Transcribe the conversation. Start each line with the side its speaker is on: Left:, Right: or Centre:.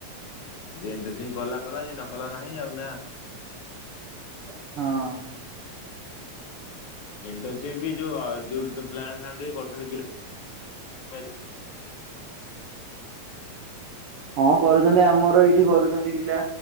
Left: ଯେମତି ସେମତି କଲା କଲା ଯଏ ନ କଲା ନାହିଁ ଆଉ ନା।
Right: ହଁ।
Left: ଇଣ୍ଟସିପ ବି ଯୋଉ ଯଉ ପ୍ଲାଣ୍ଟ ଫ କରଛନ୍ତି <unintelligible>
Right: ହଁ କରୁଛନ୍ତି ଆମର ଏଇଠି କରୁଛନ୍ତି ପିଲା